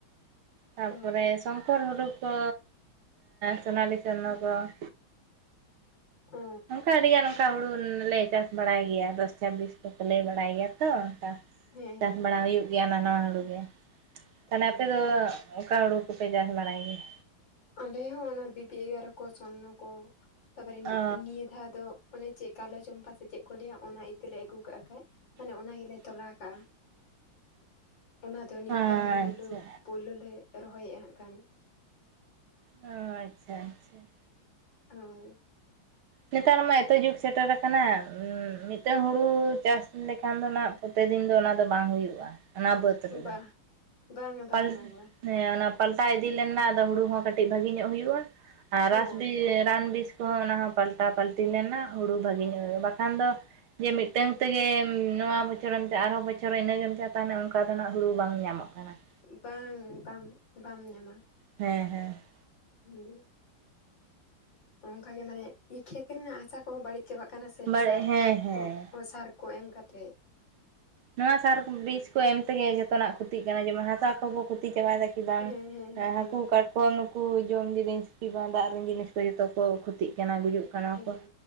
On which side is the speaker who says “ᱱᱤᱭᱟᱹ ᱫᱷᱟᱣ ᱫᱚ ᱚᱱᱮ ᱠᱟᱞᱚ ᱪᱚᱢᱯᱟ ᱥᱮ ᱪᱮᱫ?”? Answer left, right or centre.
Left